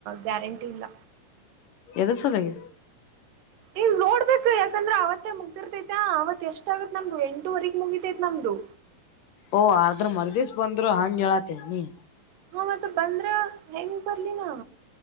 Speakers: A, on the right; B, on the left.
A: ಗ್ಯಾರಂಟಿ ಇಲ್ಲ.
B: ಎದು ಸಲಗಿ.
A: ಎ ಇಲ್ ನೋಡ್ಬೇಕ ಯಾಕಂದ್ರ ಅವತ್ತೇ ಮುಗ್ದಿರ್ತೈತ ಅವತ್ ಎಷ್ಟ ಆಗತ್ ನಮ್ದು ಎಂಟೂವರೆಗ ಮುಗಿತೈತ್ ನಮ್ದು.
B: ಓ ಅರ್ದ್ರ ಮರ್ದಿಸ ಬಂದ್ರು ಹಂಗ್ಗೆಳತಿಯಾನ್ ನೀ.
A: ಹ ಮತ್ತ ಬಂದ್ರ ಹೆೇಂಗ ಬರ್ಲಿನ.